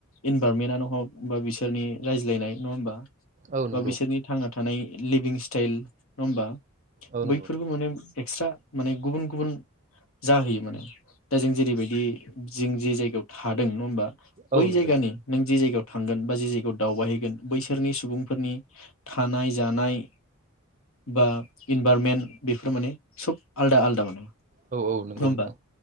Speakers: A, on the left (about 70°); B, on the right (about 35°).
A: इनभारनमेन्ट आनो हग बा बि सोरनि रायज्लायनाय नङा होमबा।
B: औ नंगौ
A: बा बिसोरनि थांना थानाय लिभिं स्टाइल नङा होमबा।
B: औ नंगौ
A: बैफोरबो माने एक्सट्रा माने गुबुन गुबुन जाहोयो माने। दा जों जेरैबायदि जों जे जायगायाव थादों नङा होमबा
B: औ
A: बै
B: नंगौ
A: जायगानि नों जे जायगायाव थांगोन बा जे जायगायाव दावबायहैगोन बैसोरनि सुबुंफोरनि थानाय जानाय बा इनभारनमेन्ट बेफोर माने सब आलदा आलादा माने। नङा
B: औ औ नंगौ
A: होमबा
B: नोंथां